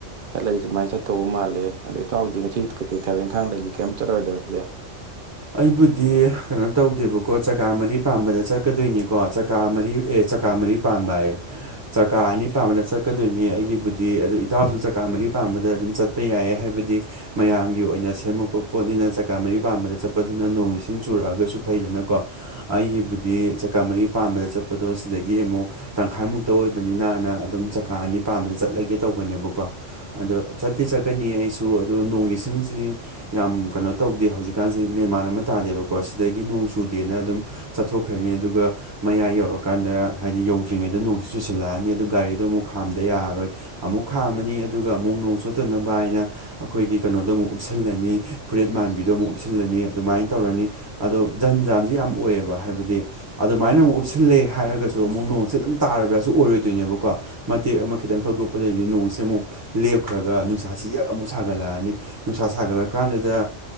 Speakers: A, on the right (about 55°); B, on the right (about 20°).
A: ꯆꯠꯂꯁꯤꯦ ꯁꯨꯃꯥꯏꯅ ꯆꯠꯇ ꯇꯧꯕ ꯃꯥꯜꯂꯦ ꯑꯗ ꯏꯥꯎꯗꯤ ꯉꯁꯤ ꯀꯩꯀꯩ ꯊꯕꯛ ꯏꯪꯈꯥꯡ ꯂꯩꯗꯒꯤ ꯀꯩꯝ ꯆꯠꯂꯔꯣꯏꯗꯣꯏꯣ ꯁꯤꯗ
B: ꯑꯩꯕꯨꯗꯤ ꯀꯩꯅꯣ ꯇꯧꯗꯦꯕꯀꯣ ꯆꯀꯥ ꯃꯔꯤ ꯄꯥꯝꯕꯗ ꯆꯠꯀꯗꯣꯏꯅꯤꯀꯣ ꯆꯀꯥ ꯃꯔꯤ ꯑꯦ ꯆꯀꯥ ꯃꯔꯤ <unintelligible> ꯍꯥꯏꯌꯨ ꯆꯀꯥ ꯑꯅꯤ ꯄꯥꯝꯕꯗ ꯆꯠꯀꯗꯣꯏꯅꯤ ꯑꯩꯒꯤꯕꯨꯗꯤ ꯑꯗꯨ ꯏꯇꯥꯎꯁꯨ ꯆꯀꯥ ꯃꯔꯤ ꯄꯥꯝꯕꯗ ꯑꯗꯨꯝ ꯆꯠꯄ ꯌꯥꯏ ꯍꯥꯏꯕꯗꯤ ꯃꯌꯥꯝꯒꯤ ꯑꯣꯏꯅ ꯁꯦꯝꯃꯛꯄ ꯄꯣꯠꯅꯤꯅ ꯆꯀꯥ ꯃꯔꯤ ꯄꯥꯟꯕꯗ ꯆꯠꯄ ꯑꯗꯨꯅ ꯅꯣꯡ ꯏꯁꯤꯡ ꯆꯨꯔꯛꯑꯒꯁꯨ ꯐꯩꯗꯅꯀꯣ ꯑꯩꯒꯤꯕꯨꯗꯤ ꯆꯀꯥ ꯃꯔꯤ ꯄꯥꯟꯕꯥꯗ ꯆꯠꯄꯗꯣ ꯁꯤꯗꯒꯤ ꯑꯃꯨꯛ ꯇꯪꯈꯥꯏꯃꯨꯛꯇ ꯑꯣꯏꯕꯅꯤꯅꯅ ꯑꯗꯨꯝ ꯆꯀꯥ ꯑꯅꯤ ꯄꯥꯝꯕꯗ ꯆꯠꯂꯒꯦ ꯇꯧꯕꯅꯦꯕꯀꯣ ꯑꯗꯣ ꯆꯠꯇꯤ ꯆꯠꯀꯅꯤ ꯑꯩꯁꯨ ꯑꯗꯣ ꯅꯣꯡ ꯏꯁꯤꯡꯁꯤ ꯌꯥꯝ ꯀꯩꯅꯣ ꯇꯧꯗꯦ ꯍꯧꯖꯤꯛꯀꯥꯟꯁꯤ ꯁꯤ ꯃꯦꯟꯃꯥꯟ ꯑꯃ ꯇꯥꯗꯦꯕꯀꯣ ꯁꯤꯗꯒꯤ ꯅꯣꯡ ꯆꯨꯗꯦꯅ ꯑꯗꯨꯝ ꯆꯠꯊꯣꯛꯈ꯭ꯔꯅꯤ ꯑꯗꯨꯒ ꯃꯌꯥꯏ ꯌꯧꯔꯀꯥꯟꯗ ꯍꯥꯏꯗꯤ ꯌꯧꯗ꯭ꯔꯤꯉꯩꯗ ꯅꯣꯡꯁꯨ ꯆꯨꯁꯤꯜꯂꯛꯑꯅꯤ ꯑꯗꯨ ꯒꯥꯔꯤꯗꯣ ꯑꯃꯨꯛ ꯈꯥꯝꯗ ꯌꯥꯔꯔꯣꯏ ꯑꯃꯨꯛ ꯈꯥꯝꯃꯅꯤ ꯑꯗꯨꯒ ꯑꯃꯨꯛ ꯅꯣꯡ ꯁꯣꯠꯇꯅꯕ ꯍꯥꯏꯅ ꯑꯩꯈꯣꯏꯒꯤ ꯀꯩꯅꯣꯗꯣ ꯑꯃꯨꯛ ꯎꯞꯁꯤꯜꯂꯅꯤ ꯐꯨꯔꯤꯠ ꯃꯥꯟꯕꯤꯗꯣ ꯑꯃꯨꯛ ꯍꯥꯨꯞꯁꯤꯜꯂꯅꯤ ꯑꯗꯨꯃꯥꯏꯅ ꯇꯧꯔꯅꯤ ꯑꯗꯣ ꯖꯟ ꯖꯥꯟꯗꯤ ꯌꯥꯝ ꯑꯣꯏꯌꯦꯕ ꯍꯥꯏꯕꯗꯤ ꯑꯗꯨꯃꯥꯏꯅ ꯑꯃꯨꯛ ꯎꯞꯁꯤꯜꯂꯦ ꯍꯥꯏꯔꯒꯁꯨ ꯑꯃꯨꯛ ꯅꯣꯡꯁꯦ ꯑꯗꯨꯝ ꯇꯥꯔꯕ꯭ꯔꯥꯁꯨ ꯑꯣꯏꯔꯣꯏꯗꯣꯏꯅꯦꯕꯀꯣ꯫ ꯃꯇꯦꯛ ꯑꯃ ꯈꯤꯇꯪ ꯊꯧꯗꯣꯛꯄꯗꯒꯤꯩꯗꯤ ꯅꯣꯡꯁꯦ ꯑꯃꯨꯛ ꯂꯦꯞꯈ꯭ꯔꯒ ꯅꯨꯡꯁꯥꯁꯤ ꯌꯛ ꯑꯃꯨꯛ ꯁꯥꯒꯠꯂꯛꯑꯅꯤ ꯅꯨꯡꯁꯥ ꯁꯥꯒꯠꯂꯀꯥꯟꯗꯨꯗ꯫